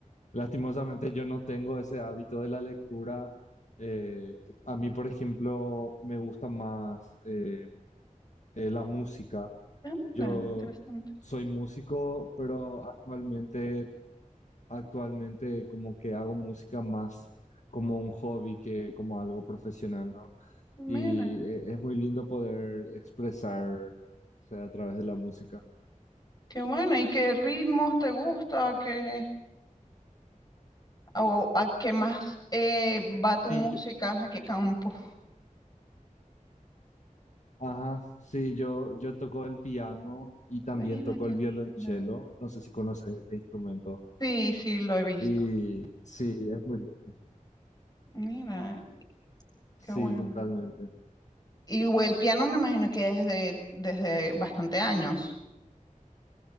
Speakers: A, on the left (about 60°); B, on the left (about 30°).
A: Lastimosamente yo no tengo ese hábito de la lectura. Eh, a mí, por ejemplo, me gusta más eh, eh, la música.
B: Ah,
A: Yo
B: Mira, interesante.
A: soy músico, pero actualmente, actualmente como que hago música más como un hobby que como algo profesional, ¿no?
B: Mira,
A: Y e- es muy lindo poder expresar, o sea, a través de la música.
B: qué bueno. ¿Y qué ritmos te gusta? ¿Qué, o a qué más eh, va tu
A: Sí,
B: música?
A: yo,
B: ¿A qué campo?
A: ajá, sí, yo, yo toco el piano y también
B: Mira,
A: toco
B: qué
A: el
B: linda.
A: violonchelo. No sé si conoces ese instrumento.
B: Sí, sí, lo he visto.
A: Y sí, es muy lindo.
B: Mira, qué
A: Sí,
B: bueno.
A: totalmente.
B: Y güey, el piano me imagino que desde, desde bastante años